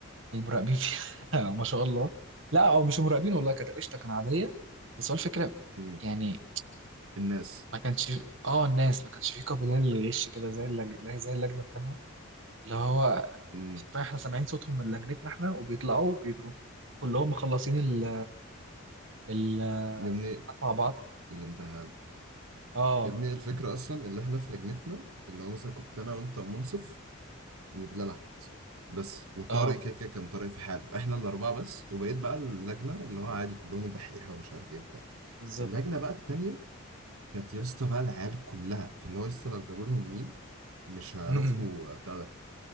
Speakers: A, on the right; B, on the right.
A: المراقبين فيها <laughs> ما شاء الله لا او مش مراقبين والله كانت قشطه كانت عاديه بس هو الفكره
B: مم.
A: يعني
B: الناس
A: ما كانش اه الناس ما كانش فيه قابلية للغش كده زي اللج... زي اللجنة التانية اللي هو
B: مم.
A: حرفيا احنا سامعين صوتهم من لجنتنا احنا وبيطلعوا بيكونوا كلهم مخلصين ال ال الامتحانات
B: يا ابني
A: مع بعض
B: الامتحان
A: اه
B: يا ابني الفكرة أصلا اللي احنا في لجنتنا اللي هو مثلا كنت أنا وأنت ومنصف وبلال أحمد بس وطارق
A: اه
B: كده كده كان طارق في حاله احنا الأربعة بس وبقيت بقى اللجنة اللي هو عادي كلهم دحيحة ومش عارف إيه وبتاع
A: بالظبط
B: اللجنة بقى التانية كانت يا اسطى بقى العيال كلها فاللي هو لسه لو جابوا لهم مين مش هيعرفوا
A: أمم،
B: بتاع ده